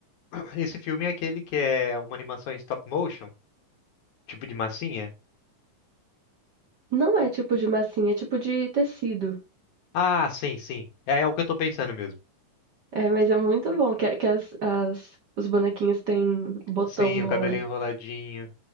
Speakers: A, on the left; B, on the right.
A: <clears throat> esse filme é aquele que é uma animação em stop motion? Tipo de massinha?
B: Não é tipo de massinha, é tipo de tecido.
A: Ah, sim, sim. É, é o que eu tô pensando mesmo.
B: É, mas é muito bom que, que as, as- os bonequinhos têm botão
A: Sim,
B: no
A: o cabelinho
B: olho.
A: enroladinho.